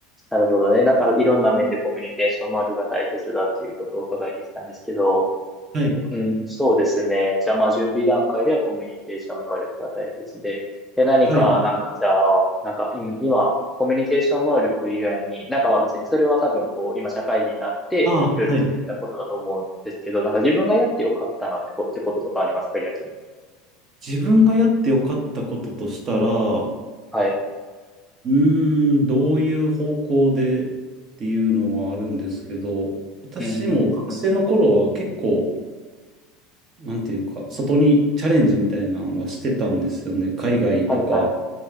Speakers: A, in the centre; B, on the right (about 30°).
A: なるほどね。なんかいろんな面でコミュニケーション能力が大切だっていうことをお伺いできたんですけど、
B: はい。
A: うん、そうですね。じゃあ、まあ、準備段階ではコミュニケーション能力が大切で。で、何か、
B: はい。
A: なんか、じゃあ、なんか、うん今、コミュニケーション能力以外に、なんかまあ別にそれは多分こう、今社会人になって、
B: ああ、
A: いろいろ気づいたことだと思うんですけど、
B: はい。
A: なんか自分がやってよかったなってこ、ってこととかありますか、逆に。
B: 自分がやってよかったこととしたら、
A: うん
B: う
A: はい。
B: ーん、どういう方向でっていうのはあるんですけど、私も学生の頃は結構、
A: うん、うん、うん、うん。
B: なんていうか、外にチャレンジみたいなのはしてたんですよね。海外とか。
A: はい、はい。